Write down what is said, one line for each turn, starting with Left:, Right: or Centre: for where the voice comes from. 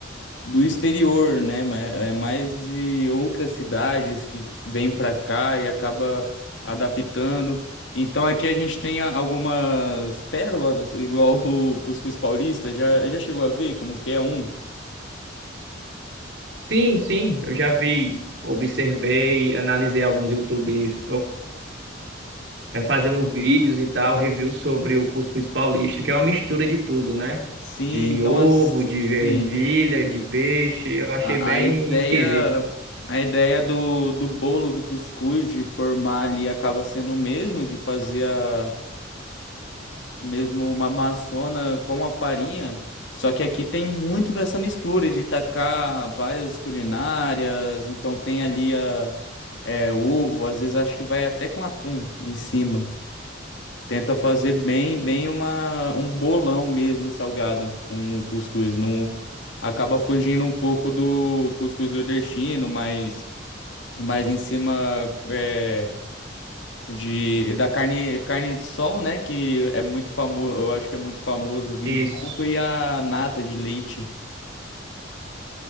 Left: do exterior, né? Mas é mais de outras cidades que vêm pra cá e acaba adaptando. Então aqui a gente tem a- algumas pérolas, igual o Cuscuz Paulista, já, já chegou a ver como que é um?
Right: Sim, sim, eu já vi, observei, analisei alguns YouTubers, é, fazendo vídeos e tal, review sobre o cuscuz paulista, que é uma mistura de tudo, né?
Left: Sim,
Right: De
Left: então
Right: ovo,
Left: assim,
Right: de ervilha, de peixe. Eu achei
Left: a,
Right: bem
Left: a ideia
Right: esquisito.
Left: a ideia do, do bolo do cuscuz de formar ali acaba sendo o mesmo, de fazer a mesmo uma maçona com a farinha, só que aqui tem muito dessa mistura de tacar várias culinárias, então tem ali a é, ovo, às vezes acho que vai até com atum em cima. Tenta fazer bem, bem uma, um bolão mesmo salgado com cuscuz. Não, acaba fugindo um pouco do cuscuz nordestino, mas mais em cima é, de, da carne, carne de sol, né? Que é muito famoso, eu acho que é muito famoso vir
Right: Isso.
Left: junto, e a nata de leite.